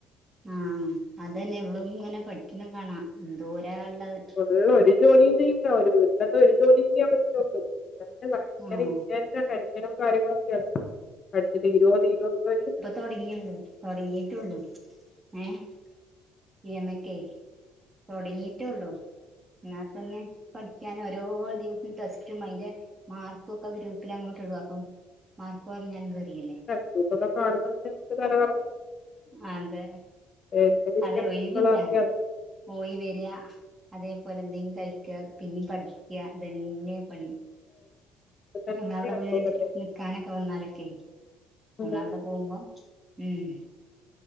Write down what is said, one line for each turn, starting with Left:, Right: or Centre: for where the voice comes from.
Right: ആഹ് അതന്നെ ഇവളും ഇങ്ങനെ പഠിക്കുന്ന കാണാ എന്തോര ഒള്ളത്
Left: ഇവിടെ ഒള്ള ഒരു ജോലിയും ചെയ്യൂല്ല ഒരു വീട്ടിനത്ത് ഒരു ജോലിയും ചെയ്യാൻ പറ്റൂല്ല അവൾക്ക്
Right: ആഹ്
Left: <inaudible> ടെൻഷനും കാര്യങ്ങളൊക്കെയാന്ന് പഠിച്ച് തീരുവോ തീരുവോന്നുള്ളൊര്
Right: തൊടങ്ങിയല്ലോ തൊടങ്ങീട്ടൊള്ളു ഏഹ് ഇ എം എ ക്കെ തൊടങ്ങീട്ടെള്ളൂ എന്നാതന്നെ പഠിക്കാനൊരോ ദിവസം ടെസ്റ്റും അയിന്റെ മാർക്കു ഒക്ക ഗ്രൂപ്പിലങ്ങോട്ട് ഇടും അപ്പം മാർക്കു കൊറിഞ്ഞാലും വെറിയല്ലെ
Left: പ്ലസ് ടുത്തൊക്കെ കാണുമ്പം തന്നെ നമ്ക്ക് തല കറങ്ങും
Right: അതെ
Left: എന്റെ വലിയ
Right: അതെ
Left: ബുക്കുകളൊക്കെയാണ്
Right: ഒഴിവില്ല പോയി വര്യാ അതെപോലെന്തെങ്കി കയിക്ക പിന്നേം പഠിക്ക ഇതന്നെ പണി
Left: തന്നെയാണ്
Right: എന്ന അവിടെ വീട്
Left: ഇവളുടെ
Right: നി ക്കാനൊക്കെ വന്നാലൊക്കെ നമ്മള
Left: ഉം.
Right: അവിടെ പോകുമ്പം ഉം